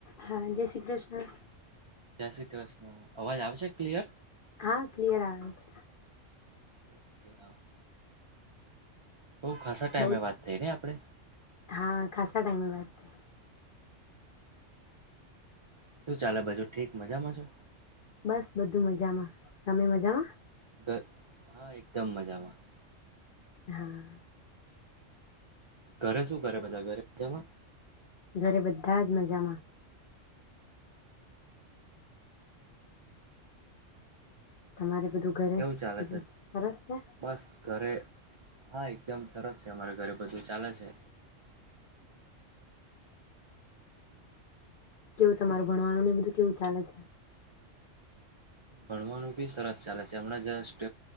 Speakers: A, on the left; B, on the right.
A: હા જય શ્રી કૃષ્ણ.
B: જય શ્રી કૃષ્ણ, અવાજ આવે છે ક્લિયર?
A: હા, ક્લિયર આવે છે.
B: ઓકે હા. બહુ ખાસા ટાઈમે
A: બહુ જ
B: વાત થઈને આપડે?
A: હા ખાસા ટાઈમે વાત થઈ
B: શું ચાલે બાજુ ઠીક, મજામાં છો?
A: બસ બધું મજામાં. તમે મજામાં?
B: ઘર હા એકદમ મજામાં.
A: હા.
B: ઘરે શું કરે બધાં ઘરે મજામાં?
A: ઘરે બધા જ મજામાં. તમારે બધું ઘરે
B: કેવું ચાલે
A: બધું
B: છે?
A: સરસ છે
B: બસ ઘરે હા એકદમ સરસ છે. અમારે ઘરે બધું ચાલે છે.
A: કેવું તમારું ભણવાનું ને એ બધું કેવું ચાલે છે?
B: ભણવાનું બી સરસ ચાલે છે હમણાં જસ્ટ